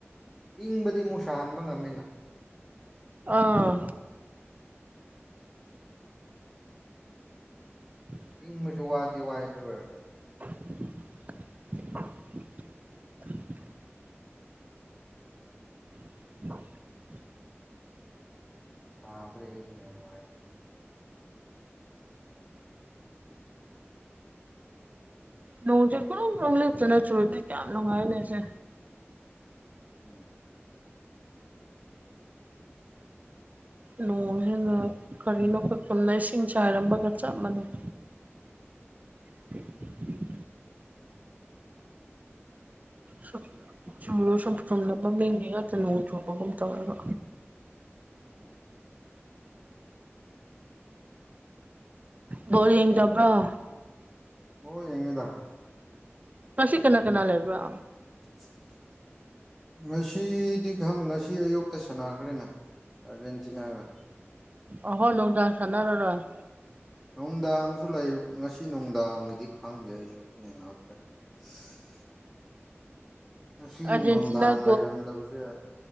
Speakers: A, in the centre; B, on the right (about 35°).
A: ꯏꯪꯕꯗꯤ ꯃꯨ ꯁꯥꯍꯟꯕ ꯉꯝꯃꯤꯅ
B: ꯑꯥ <inaudible>
A: ꯏꯪꯕꯁꯨ ꯋꯥꯗꯤ ꯋꯥꯏꯦ ꯑꯗꯨ ꯑꯣꯏꯔꯁꯨ
B: <inaudible> <inaudible> <inaudible> ꯎ <inaudible>
A: ꯁꯥ ꯕ꯭ꯔꯦ ꯁꯣ ꯍꯥꯏ
B: ꯅꯣꯡꯁꯦ ꯈꯨꯔꯣꯡ ꯣꯡ ꯂ ꯂꯤꯞꯇꯨꯅ ꯆꯨꯔꯨꯗꯤ ꯀꯌꯥꯝ ꯅꯨꯡꯉꯥꯏꯅꯦꯁꯦ
A: ꯎꯝ
B: ꯅꯣꯡꯁꯤꯦꯅ ꯀꯔꯤꯅꯣ ꯑꯩꯈ ꯀꯨꯝꯅ ꯏꯁꯤꯡ ꯆꯥꯏꯔꯃꯒ ꯆꯞ ꯃꯥꯟꯅꯩ <inaudible> ꯁ ꯁꯨꯝꯨ ꯁꯨꯝ ꯆꯨꯝꯗ ꯃꯃꯤꯡ ꯉꯛꯇ ꯅꯣꯡ ꯆꯣꯡꯕꯒꯨꯝ ꯇꯧꯔꯒ
A: ꯎꯝ
B: ꯕꯣꯔꯤꯡ ꯇꯧꯕ꯭ꯔꯣ
A: ꯑꯣ ꯌꯦꯡꯉꯗ
B: ꯃꯁꯤ ꯀꯅꯥ ꯀꯅꯥ ꯂꯩꯕ꯭ꯔꯥ
A: <inaudible> ꯉꯁꯤꯗꯤ ꯈꯪꯗꯦ ꯉꯁꯤ ꯑꯌꯨꯛꯇ ꯁꯥꯟꯅꯈ꯭ꯔꯦꯅ ꯑꯥꯔꯖꯦꯟꯇꯤꯅꯥꯒ
B: ꯑꯍꯣ ꯂꯣꯡꯗꯥ ꯁꯥꯟꯅꯔꯔꯣꯏ
A: ꯅꯨꯡꯗꯥꯡꯁꯨ ꯂꯩ ꯉꯁꯤ ꯅꯨꯡꯗꯥꯡꯒꯤꯗꯤ ꯈꯪꯗꯦ ꯑꯩꯁꯨ ꯌꯦꯡꯍꯧꯗ꯭ꯔꯦ <inaudible> ꯉꯁꯤ
B: ꯑꯥꯔꯖꯦꯟꯇꯤꯅꯥ
A: ꯅꯨꯡꯗꯥꯡ ꯂꯩꯔꯝꯗꯕꯁꯦ